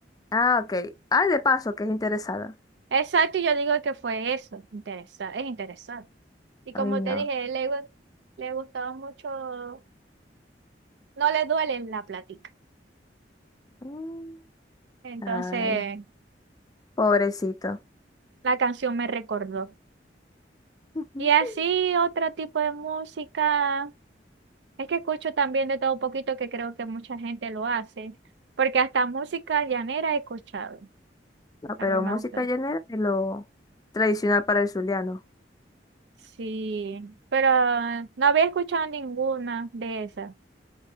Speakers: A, on the left; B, on the right.
A: Ah, ok. Ay, de paso, que es interesada.
B: Exacto, y yo digo que fue eso. Interesa- es interesante. Y como
A: Ay, no.
B: te dije, le, gu- le gustaba mucho, no le duele la plática.
A: Mm,
B: Entonces,
A: Ay, pobrecito.
B: la canción me recordó.
A: <laughs>
B: Y así, otro tipo de música. Es que escucho también de todo un poquito que creo que mucha gente lo hace. Porque hasta música llanera he escuchado.
A: No,
B: También
A: pero
B: me
A: música
B: gusta.
A: llanera es lo tradicional para el zuliano.
B: Sí, pero no había escuchado ninguna de esas.